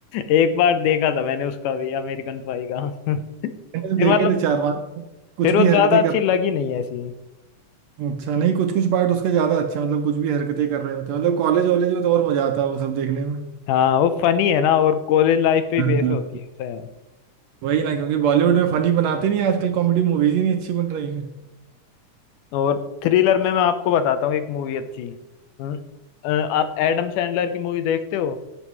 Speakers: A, on the left; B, on the right.
A: एक बार देखा था मैंने उसका भी अमेरिकन पाई का <laughs> फिर
B: मैंने तो देखे
A: मतलब
B: थे चार पांच कुछ
A: फिर
B: भी
A: वो
B: हरकतें
A: ज्यादा अच्छी
B: कर
A: लगी नहीं ऐसी
B: अच्छा नहीं कुछ कुछ पार्ट उसके ज्यादा अच्छे हैं, मतलब कुछ भी हरकतें कर रहे होते हैं मतलब कॉलेज वॉलेज में तो और मजा आता है वो सब देखने में
A: हाँ वो फनी है ना और कॉलेज लाइफ पे
B: हाँ।
A: बेस्ड होती है ऐसा है।
B: वही ना क्योंकि बॉलीवुड में फनी बनाते नहीं आजकल कॉमेडी मूवीज ही नहीं अच्छी बन रही हैं
A: और थ्रिलर में मैं आपको बताता हूँ एक मूवी अच्छी हम्म, अ, आप एडम सैंडलर की मूवी देखते हो